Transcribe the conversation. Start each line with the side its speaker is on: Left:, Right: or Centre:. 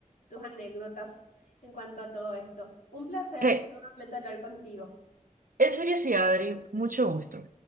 Left: tus anécdotas en cuanto a todo esto. Un placer
Right: Eh,
Left: nuevamente hablar contigo.
Right: en serio, sí, Adri, mucho gusto.